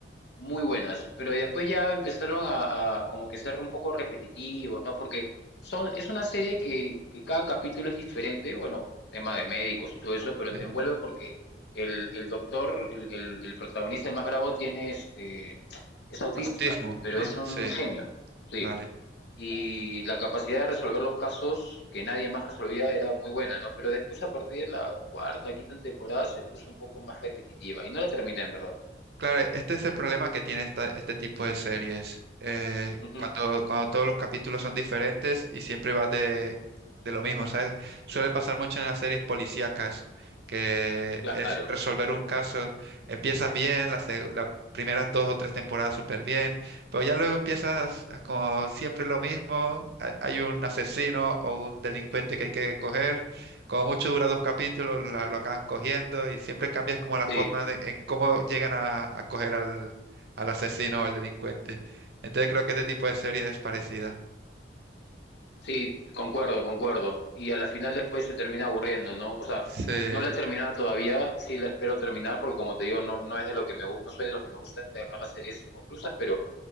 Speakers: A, on the left; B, on the right.
A: muy buenas, pero después ya empezaron a, a como que ser un poco repetitivos, ¿no? Porque son, es una serie que, que cada capítulo es diferente, bueno, tema de médicos y todo eso, pero
B: Sí.
A: te envuelve porque el, el doctor, el, el- el protagonista, el más bravo, tiene este, es autista,
B: Autismo,
A: pero
B: ¿no?
A: es un
B: Sí,
A: genio, sí.
B: vale.
A: Y la capacidad de resolver los casos que nadie más resolvía era muy buena, ¿no? Pero después, a partir de la cuarta, quinta temporada, se puso un poco más repetitiva y no la terminé, en verdad.
B: Claro, este es el problema que tiene esta- este tipo de series. eh,
A: Ujú,
B: cuando, cuando todos los capítulos son diferentes y siempre va de, de lo mismo, ¿sabes? Suele pasar mucho en las series policíacas, que
A: Claro.
B: es resolver un caso. Empiezas bien, las, las primeras dos o tres temporadas súper bien, pero ya luego empiezas a como siempre lo mismo. ha- Hay un asesino o un delincuente que hay que coger como mucho dura dos capítulos, la- lo acaban cogiendo y siempre cambias como la
A: Sí,
B: forma de, en cómo llegan a, a coger al, al asesino o al delincuente. Entonces creo que este tipo de serie es parecida.
A: sí, concuerdo, concuerdo. Y a la final después se termina aburriendo, ¿no? O sea,
B: Sí,
A: no la he terminado todavía, sí la espero terminar porque como te digo, no, no es de lo que me gu- no soy de los que me gusta dejar las series inconclusas, pero